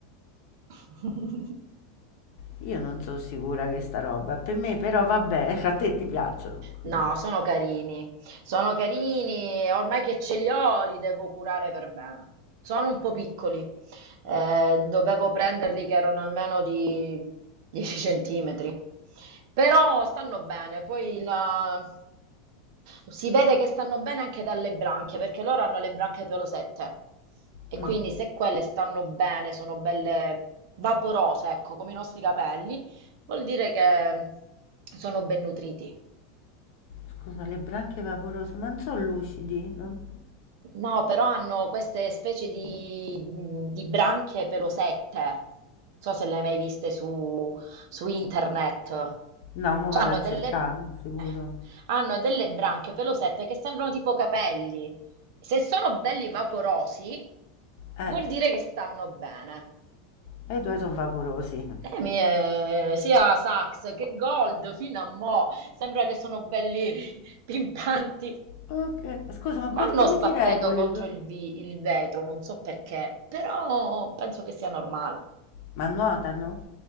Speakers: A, on the right; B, on the left.
A: <laughs>
B: Io non sono sicura che sta roba, è per me però vabbè, <laughs> a te ti piacciono.
A: No,
B: quindi.
A: sono carini, sono carini, e ormai che ce li ho li devo curare per bene. Sono un po' piccoli, eh, dovevo prenderli che erano almeno di 10 centimetri, però stanno bene, poi la- si vede che stanno bene anche dalle branchie, perché loro hanno le branchie pelosette e
B: Mm.
A: quindi se quelle stanno bene, sono belle vaporose, ecco, come i nostri capelli, vuol dire che sono ben nutriti.
B: Scusa, le branchie vaporose, ma non sono lucidi? Non-
A: No, però hanno queste specie di, di branchie pelosette. Non so se le hai mai viste su, su internet.
B: No, mo
A: Cioè,
B: vado
A: hanno
B: a
A: No. delle,
B: cercare, sicuro.
A: eh, hanno delle branchie pelosette che sembrano tipo capelli. Se sono belli vaporosi,
B: Eh,
A: vuol dire che stanno bene.
B: e i tuoi sono vaporosi.
A: Eh, mi è- sia sax che gold fino a mo' sembra che sono belli <laughs> pimpanti.
B: Ok, ma scusa, ma
A: Vanno
B: co- come
A: sbattendo
B: ti regoli?
A: contro il, vi- il vetro, non so perché, però penso che sia normale.
B: Ma nuotano?